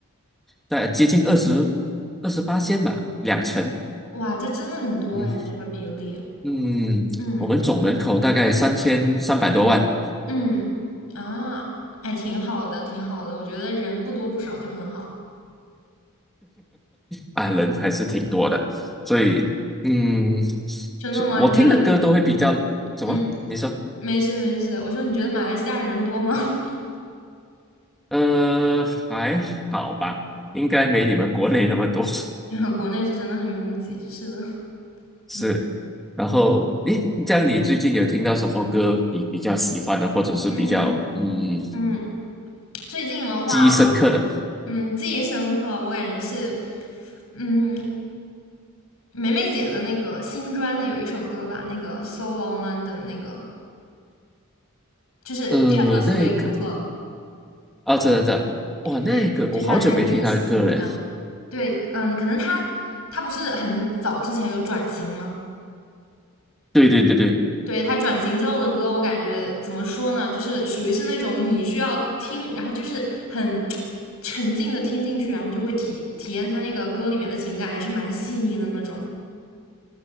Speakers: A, in the centre; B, on the left (about 80°).
A: 大概接近二十二十八仙吧，两成。
B: 哇，这真的很多哎，
A: 嗯
B: 这个比例。
A: 嗯，
B: 嗯
A: 我们总人口大概三千三百多万。
B: 嗯啊，哎，挺好的，挺好的。我觉得人不多不少就很好。
A: 啊，人还是挺多的，所以嗯，
B: 真的吗？
A: 所我听的歌都会比较怎么？
B: 你觉得？嗯，
A: 你说，
B: 没事没事。我说你觉得马来西亚人多吗？<laughs>
A: 呃，还好吧，应该没你们国内那么多。<laughs>
B: 然后国内是真的很拥挤。是的，
A: 是，
B: 嗯
A: 然后诶，这样你最近有听到什么歌你比较喜欢的，或者是比较嗯
B: 嗯嗯。最近的话，
A: 记忆深刻的？
B: 我嗯记忆深刻，我感觉是嗯梅梅姐的那个新专的有一首歌吧，那个《So Long London》那个，就是泰勒·
A: 呃，
B: 斯威夫特，
A: 那个啊，这这哇，
B: 对，
A: 那个我好久没听他的歌了。
B: 就是她最近的新专。对，嗯，可能他他不是很早之前有转型吗？
A: 对对对对，
B: 对他转型之后的歌，我感觉怎么说呢，就是属于是那种你需要听，然后就是很沉浸的听进去，然后你就会体体验他那个歌里面的情感，还是蛮细腻的那种。